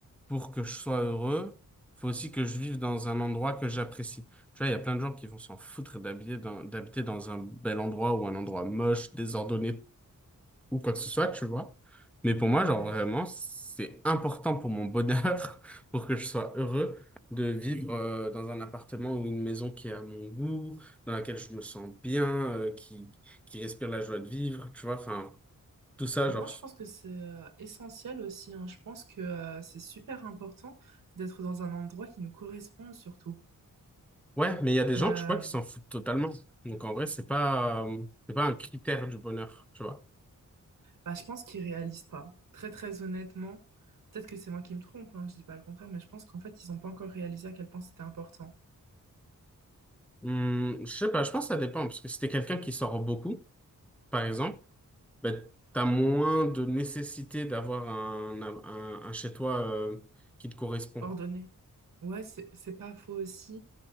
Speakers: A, in the centre; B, on the right.
A: pour que je sois heureux, faut aussi que je vive dans un endroit que j'apprécie. Tu vois, il y a plein de gens qui vont s'en foutre d'habiller dans- d'habiter dans un bel endroit ou un endroit moche, désordonné, ou quoi que ce soit, tu vois. Mais pour moi,
B: Ouais.
A: genre vraiment, c'est important pour mon bonheur, <laughs> pour que je sois heureux, de vivre euh, dans un appartement ou une maison qui est à mon goût, dans laquelle je me sens bien, euh, qui, qui respire la joie de vivre, tu vois. Enfin, tout ça,
B: Non,
A: genre.
B: je pense que c'est euh, essentiel aussi, hein. Je pense que euh, c'est super important d'être dans un endroit qui nous corresponde surtout.
A: Ouais, mais il y a des
B: Et,
A: gens,
B: euh,
A: tu vois, qui s'en foutent totalement. Donc en vrai, c'est pas, euh, c'est pas un critère du bonheur, tu vois.
B: bah, je pense qu'ils réalisent pas. Très, très honnêtement, peut-être que c'est moi qui me trompe, hein, je dis pas le contraire, mais je pense qu'en fait, ils n'ont pas encore réalisé à quel point c'était important.
A: Hum, je sais pas, je pense que ça dépend, parce que si t'es quelqu'un qui sort beaucoup, par exemple, ben, tu as moins de nécessité d'avoir un, un, un chez toi euh, qui te correspond.
B: Ordonné. Ouais, c'est c'est pas faux aussi.